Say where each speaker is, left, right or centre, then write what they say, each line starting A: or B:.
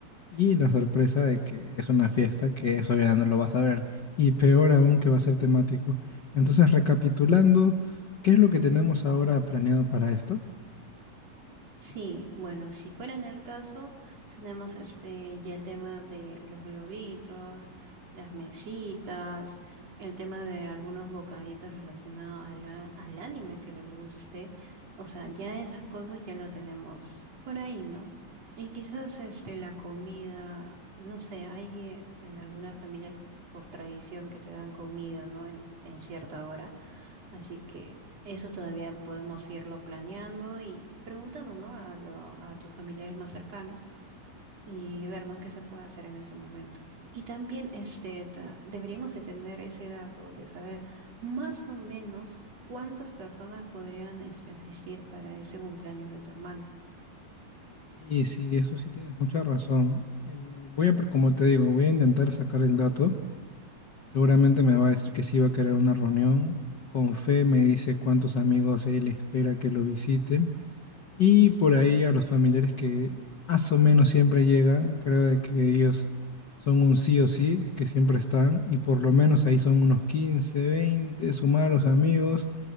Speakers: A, on the left; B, on the right.
A: y la sorpresa de que es una fiesta, que eso ya no lo vas a ver. Y peor aún que va a ser temático. Entonces, recapitulando, ¿qué es lo que tenemos ahora planeado para esto?
B: Sí, bueno, si fuera en el caso, tenemos este ya el tema de los globitos, las mesitas, el tema de algunos bocaditos relacionados a la- al anime que le guste. O sea, ya esas cosas ya lo tenemos por ahí, ¿no? Y quizás este la comida, no sé, hay eh, en algunas familias por tradición que te dan comida, ¿no? En, en cierta hora. Así que eso todavía podemos irlo planeando y preguntando, ¿no? A, lo- a tus familiares más cercanos y ver, ¿no? qué se puede hacer en ese momento. Y también este, ta- deberíamos de tener ese dato de saber más o menos cuántas personas podrían este, asistir para este cumpleaños de tu hermano.
A: Y sí, eso sí tienes mucha razón. Eh, voy a, pr- como te digo, voy a intentar sacar el dato. Seguramente me va a decir que sí va a querer una reunión. Con fe me dice cuántos amigos él espera que lo visiten. Y por ahí a los familiares que más o menos siempre llegan, creo de que ellos son un sí o sí, que siempre están. Y por lo menos ahí son unos 15, 20. sumar a los amigos.